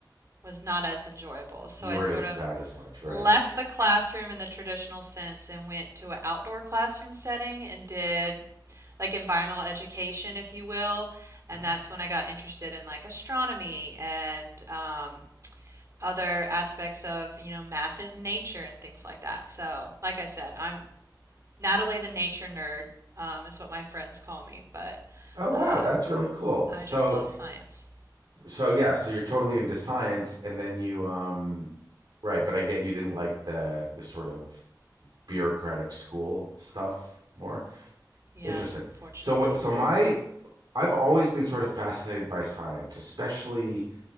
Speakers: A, on the right; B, on the right.
A: was not as enjoyable. So
B: You
A: I
B: weren't
A: sort
B: into
A: of
B: that as much, right?
A: left the classroom in the traditional sense and went to an outdoor classroom setting and did like environmental education, if you will. And
B: Ah.
A: that's when I got interested in like astronomy and um, other aspects of, you know, math and nature and things like that. So, like I said, I'm Natalie the nature nerd, um, is what my friends call me, but
B: Oh wow,
A: uh,
B: that's really cool.
A: I
B: So
A: just love science.
B: so yeah, so you're totally into science and then you um right, but I get you didn't like the the sort of bureaucratic school stuff more.
A: Yeah,
B: Interesting.
A: unfortunately.
B: So what so my I've always been sort of fascinated by science, especially